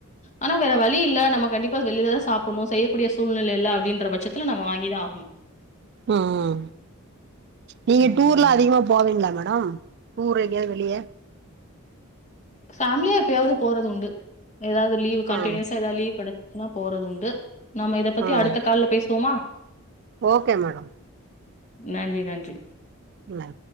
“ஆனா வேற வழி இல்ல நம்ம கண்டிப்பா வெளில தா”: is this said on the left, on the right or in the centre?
Left